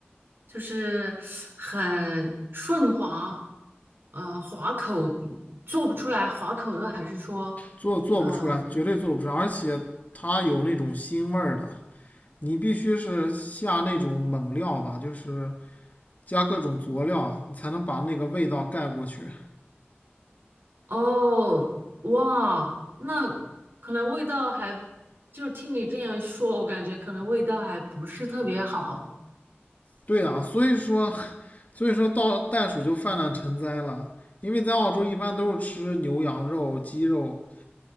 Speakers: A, on the right; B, on the left.
A: 就是很顺滑，呃，滑口做不出来滑口的，还是说，
B: 做做不出来，
A: 嗯、
B: 绝对做不出来，而且它有那种腥味儿的，你必须是下那种猛料吧，就是加各种佐料啊你才能把那个味道盖过去。
A: 哦，哇，那可能味道还，就是听你这样说，我感觉可能味道还不是特别好。
B: 对啊，所以说，所以说到袋鼠就泛滥成灾了，因为在澳洲一般都是吃牛羊肉、鸡肉，